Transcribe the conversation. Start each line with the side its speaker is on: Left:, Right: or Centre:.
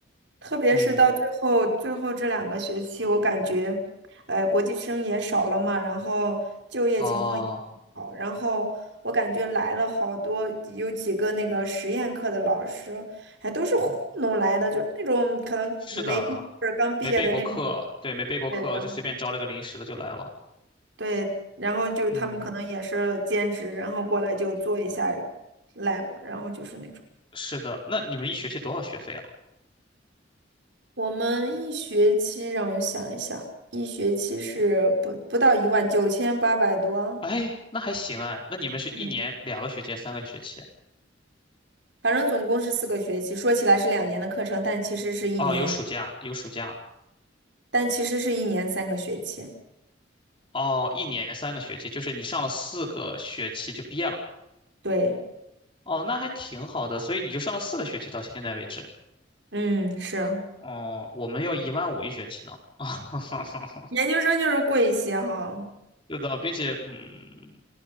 Right: 特别是到最后最后这两个学期，
Left: 嗯，
Right: 我感觉，呃，国际生也少了嘛，然后就业情况也不好，
Left: 哦，
Right: 然后我感觉来了好多，有几个那个实验课的老师，还都是糊弄来的，就是那种可能没毕业或者刚毕业的那种，
Left: 是的。没备过课，对，没备过课，
Right: 对，然后
Left: 就随便招了个临时的就来了。
Right: 对，然后就他们可能也是兼职，
Left: 嗯，
Right: 然后过来就做一下 lab，然后就是那种。
Left: 是的。那你们一学期多少学费啊？
Right: 我们一学期让我想一想，一学期是不不到一万九千八百多，
Left: 哎，那还行哎。那你们是一年两个学期，
Right: 嗯，
Left: 三个学期？
Right: 反正总共是四个学期。说起来是两年的课程，但其实是一年，
Left: 哦，有暑假，有暑假。
Right: 但其实是一年三个学期。
Left: 哦，一年三个学期，就是你上了四个学期就毕业了。
Right: 对，
Left: 哦，那还挺好的，所以你就上了四个学期到现在为止。
Right: 嗯，是
Left: 哦，我们要一万五一学期呢。<laughs>
Right: 研究生就是贵一些哈。
Left: 是的，并且嗯，